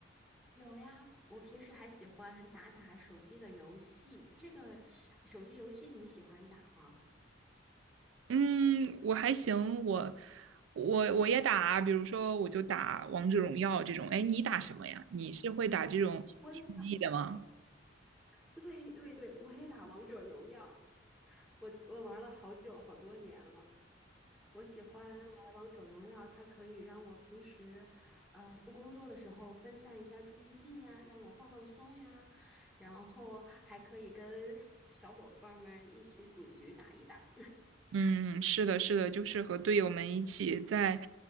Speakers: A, in the centre; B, on the right.
A: 有呀，我平时还喜欢打打手机的游戏，这个手机游戏你喜欢打吗？
B: 嗯，我还行，我我我也打，比如说我就打王者荣耀这种。哎，你打什么呀？你是会打这种竞技的吗？
A: 我也打，对对对，我也打王者荣耀。我我玩了好久好多年了，我喜欢玩王者荣耀，它可以让我平时，呃，不工作的时候分散一下注意力呀，让我放放松呀，然后还可以跟 <laughs> 小伙伴们一起组局打一打。
B: 嗯，是的，是的，就是和队友们一起在